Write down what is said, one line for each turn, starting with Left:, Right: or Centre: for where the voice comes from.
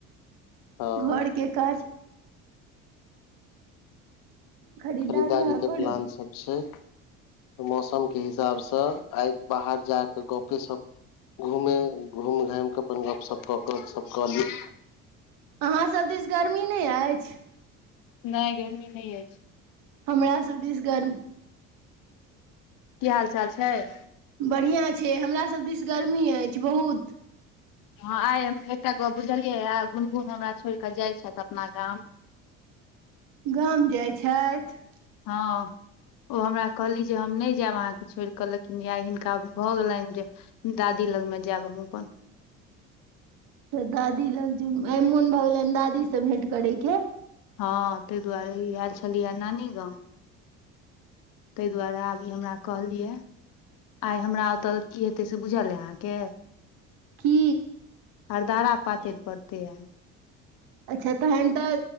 Left: हँ
Right: घर केँ काज खरीदारी
Left: खरीददारि
Right: अहाँ
Left: केँ
Right: करू
Left: प्लान सब छैय मौसम केँ हिसाब स आइ बाहर जाकेय गप्पे सप घूमें घूम घामै कऽ अपन गपशप केँ <unintelligible>
Right: अहाँ सभ दिस गर्मी नै ऐछ
Left: नै गर्मी नै ऐछ
Right: हमरा सब दिस गर्म
Left: कि हाल चाल छैय
Right: बढ़िआँ छै हमरा सब दिस गर्मी ऐछ बहुत
Left: हँ आइ एकटा गप्प बुझलियै गुनगुन हमरा छोड़ि क जाइ छथि अपना गाम
Right: गाम जाइ छथि
Left: हँ ओ हमरा कहलीह जें हम नहि जायब अहाँकेँ छोड़कें लेकिन याय हिनका भ गेलनि जें दादी लगमें जायब हम अपन
Right: त दादी लग जाउ आयमोन भऽ गेल दादी सें भेंट करेकेय
Left: हँ ताहि दुआरे ईआयल छलिह नानी गाँंव ताहि दुआरे आब ई हमरा कहलिये आइ हमरा ओत की हेतैय सें बुझलय अहाँके
Right: कि
Left: अरदारा पातैर परतैआई
Right: अच्छा तखन तऽ